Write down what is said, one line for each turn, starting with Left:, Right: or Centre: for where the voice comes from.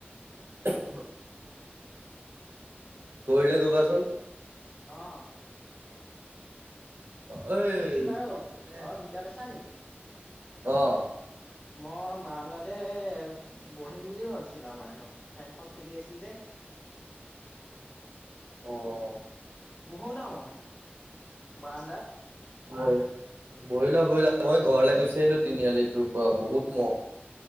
Right: <unintelligible> কৰিলে ক'বাচোন।
Left: অ',
Right: ঐ মই
Left: তুমি বাৰু,
Right: মানে
Left: ঘৰৰ ভিতৰত আছা নেকি?
Right: অ',
Left: মই বাৰাণ্ডাতে, বহিম বুলি ভাবিছিলোঁ আমাৰ ফেন খন চলি আছিল যে।
Right: অ',
Left: বহো ন' মই, বাৰাণ্ডাত।
Right: বহ বহি ল বহি
Left: উম
Right: ল মই ঘৰলে গুচি আহিলো তিনিআলি তোৰ পৰা বহুত মহ